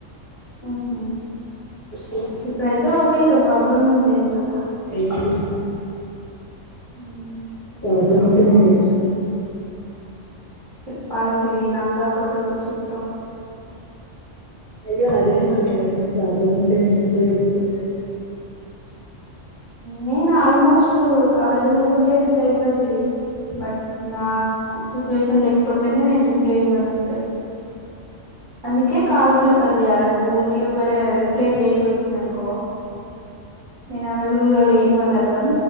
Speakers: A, on the right; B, on the left.
A: ఆఓహో
B: రాసేదానికి
A: ఇప్పుడైతే ఓకేగా ప్రాబ్లం ఏం లేదు కదా
B: ఏం లేదు
A: ఉ
B: ప్రాబ్లమ్ అంత న చెప్ప
A: చెప్పాలు సరి నాకాపోతే ఒక చెప్తం
B: అయ్యో అదే అంట నదన్నీ ప్రాబ్లమ్ ఉంటే నేను ఎక్లో ఎక్కుతుండ
A: నేను ఆల్మోస్ట్ అవైలబుల్గా ఉంటే రిప్లై ఇస్తాసిరి బట్ నాకు సిచ్యువేషన్ లేకపోతేనే నేను రిప్లై ఇవ్వను అంతే అందుకే కాల్ ప్రిఫర్ చేయాలి నాకు ఊరికి ఒకవేళ రిప్లై లేట్గా వచ్చింది అనుకో నేను అవైలబుల్గా లేను అని అర్థం